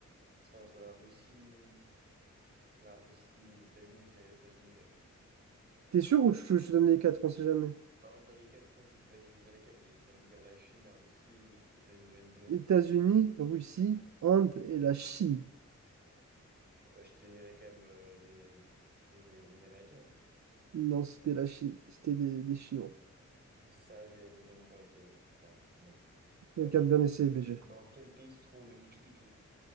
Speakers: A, on the right; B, on the right.
A: C'est entre la Russie, la Russie et les États-Unis, mais je dirais les États-Unis quand même.
B: T'es sûr ou je, je te donne les quatre, on sait jamais.
A: En fait, dans les quatre, le problème, c'est que vas-y, je veux bien les quatre, mais tu vas me dire la Chine, la Russie, les États-Unis, vas-y, dis-moi.
B: États-Unis, Russie, Inde et la Chine.
A: Euh, je te dirais quand même euh, les, les, les Américains.
B: Non, c'était la Chine. C'était des, des Chinois.
A: Euh, Je savais, mais non, moi, ok, putain, merde.
B: Donc,
A: Vas-y.
B: à bien essayé, BG.
A: Dans quel pays se trouve le Machu Picchu?